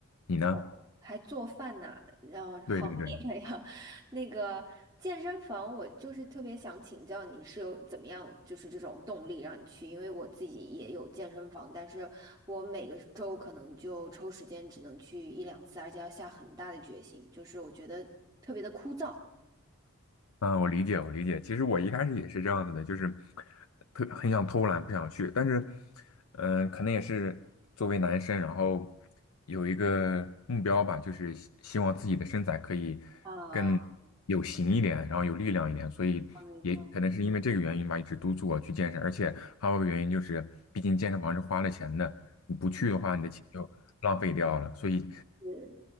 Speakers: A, on the left (about 80°); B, on the right (about 15°).
A: 你呢？
B: 哦，还做饭呢，然后
A: 对对对。
B: <laughs> 好厉害呀！<laughs> 那个健身房，我就是特别想请教你是有怎么样，就是这种动力让你去，因为我自己也有健身房，但是我每个周可能就抽时间只能去一两次，而且要下很大的决心，就是我觉得特别的枯燥。
A: 嗯，我理解，我理解。其实我一开始也是这样子的，就是特很想偷懒，不想去。但是，嗯、可能也是作为男生，然后有一个目标吧，就是希希望自己的身材可以
B: 啊，
A: 更有型一点，然后有力量一点。所以也可能是因为这个原因吧，
B: 没错。
A: 一直督促我去健身。而且还有一个原因就是，毕竟健身房是花了钱的，你不去的话，你的钱就浪费掉了。所以
B: 是